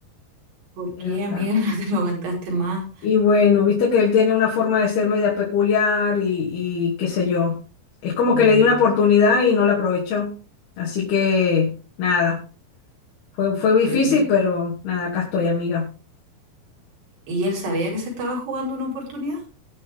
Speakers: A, on the right; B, on the left.
A: ¿Por qué,
B: de verdad.
A: amiga? <laughs> No te lo aguantaste más.
B: Y bueno, viste que él tiene una forma de ser media peculiar y, y qué sé yo. Es como
A: Mm,
B: que le di una oportunidad y no la aprovechó. Así que nada, fue, fue difícil,
A: pero,
B: pero nada, acá estoy, amiga.
A: ¿y él sabía que se estaba jugando una oportunidad?